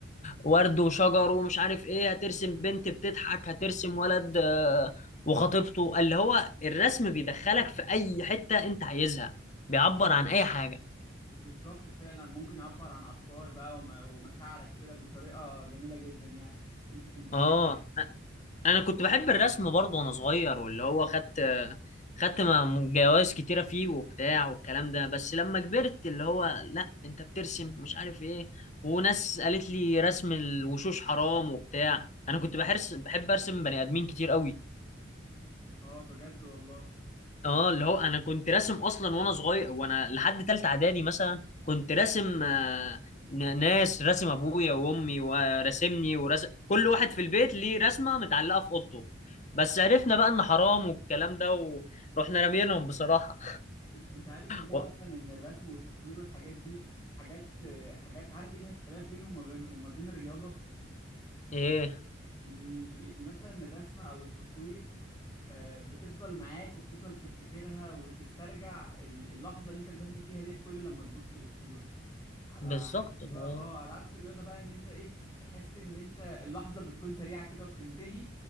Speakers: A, on the left; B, on the left.
A: ورد وشجر ومش عارف ايه هترسم بنت بتضحك هترسم ولد آه، وخطيبته اللي هو الرسم بيدخلك في اي حته انت عايزها بيعبر عن اي حاجه
B: بالظبط فعلا ممكن يعبر عن افكار بقى وم- ومشاعرك كده بطريقه جميله جدا يعني تلفت انتباه
A: اه
B: الناس
A: انا كنت بحب الرسم برضه وانا صغير واللي هو خدت خدت م- جوائز كتيره فيه وبتاع والكلام ده بس لما كبرت اللي هو لا انت بترسم مش عارف ايه وناس قالت لي رسم الوشوش حرام وبتاع انا
B: م.
A: كنت بحرس بحب ارسم بني ادمين كتير قوي
B: اه بجد والله
A: اه اللي هو انا كنت راسم اصلا وانا صغير وانا لحد تالتة اعدادي مثلا كنت راسم آه، ن- ناس راسم ابويا وامي وراسمني وراسم كل واحد في البيت ليه رسمة متعلقة في اوضته بس عرفنا بقى ان حرام والكلام ده ورحنا رامينهم بصراحة
B: انت عارف والله
A: و...
B: اصلا ان الرسم والتصوير والحاجات دي حاجات حاجات عارف ايه الاختلاف بينهم وما بين وما بين الرياضه
A: ايه
B: اني اني مثلا الرسمه او التصوير آه، بتفضل معاك وبتفضل تفتكرها وتسترجع ال- اللحظه اللي انت رسمت فيها ديت كل لما تبص للصوره على
A: بالظبط
B: عكس بقى
A: اه
B: اه على عكس الرياضه بقى ان انت ايه تحس ان انت اللحظه بتكون سريعه كده وبتنتهي